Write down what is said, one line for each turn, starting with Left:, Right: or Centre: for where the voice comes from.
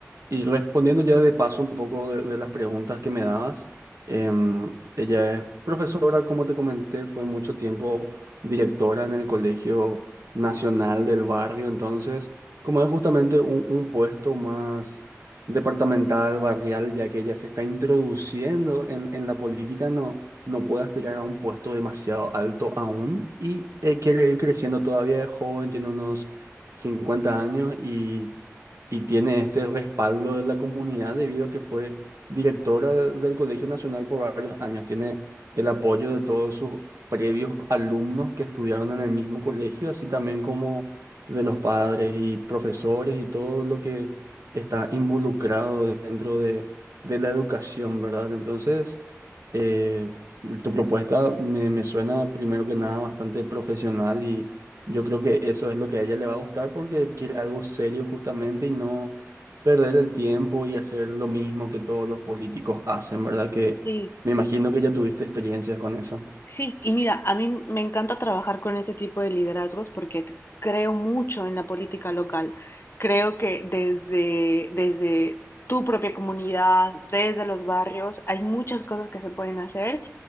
Right: y respondiendo ya de paso un poco de, de las preguntas que me dabas, em, ella es profesora, como te comenté, fue mucho tiempo directora en el Colegio Nacional del Barrio, entonces, como es justamente un, un puesto más departamental, barrial, ya que ella se está introduciendo en, en la política, no, no puede aspirar a un puesto demasiado alto aún y eh, quiere ir creciendo todavía, es joven, tiene unos 50 años y y tiene este respaldo de la comunidad debido a que fue directora del Colegio Nacional por varios años. Tiene el apoyo de todos sus previos alumnos que estudiaron en el mismo colegio, así también como de los padres y profesores y todo lo que está involucrado dentro de, de la educación, ¿verdad? Entonces, eh, tu propuesta me, me suena primero que nada bastante profesional y yo creo que eso es lo que a ella le va a gustar porque quiere algo serio justamente y no perder el tiempo y hacer lo mismo que todos los políticos hacen, ¿verdad? Que
Left: Sí.
Right: me imagino que ya tuviste experiencias con eso.
Left: Sí, y mira, a mí me encanta trabajar con este tipo de liderazgos porque t- creo mucho en la política local. Creo que desde, desde tu propia comunidad, desde los barrios, hay muchas cosas que se pueden hacer.